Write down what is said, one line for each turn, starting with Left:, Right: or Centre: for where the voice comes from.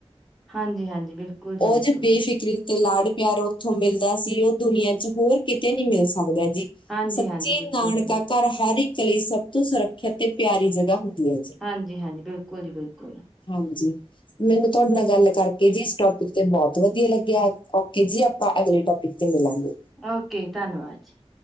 Centre: ਹਾਂਜੀ-ਹਾਂਜੀ। ਬਿਲਕੁਲ ਜੀ ਬਿਲਕੁਲ।
Left: ਉਹ ਜੋ ਬੇਫਿਕਰੀ ਤੇ ਲਾਡ ਪਿਆਰ ਓਥੋਂ ਮਿਲਦਾ ਸੀ ਓ ਦੁਨੀਆਂ ਚ ਹੋਰ ਕਿਤੇ ਨੀ ਮਿਲ ਸਕਦਾ ਜੀ।
Centre: ਹਾਂਜੀ
Left: ਸੱਚੀ
Centre: ਹਾਂਜੀ ਬਿਲਕੁਲ
Left: ਨਾਨਕਾ
Centre: ਜੀ ਬਿਲਕੁਲ
Left: ਘਰ ਹਰ ਇੱਕ ਲਈ ਸਭ ਤੋਂ ਸੁਰੱਖਿਅਤ ਤੇ ਪਿਆਰੀ ਜਗ੍ਹਾ ਹੁੰਦੀ ਏ।
Centre: ਹਾਂਜੀ-ਹਾਂਜੀ। ਬਿਲਕੁਲ ਜੀ ਬਿਲਕੁਲ।
Left: ਹਾਂਜੀ। ਮੈਨੂੰ ਤਾਡੇ ਨਾਲ ਗੱਲ ਕਰਕੇ ਜੀ ਇਸ ਟੋਪਿਕ ਤੇ ਬਹੁਤ ਵਧੀਆ ਲੱਗਿਆ। ਕਿ ਜੀ ਆਪਾਂ ਅਗਲੇ ਟੋਪਿਕ ਤੇ ਮਿਲਾਂਗੇ।
Centre: ਓਕੇ, ਧੰਨਵਾਦ ਜੀ।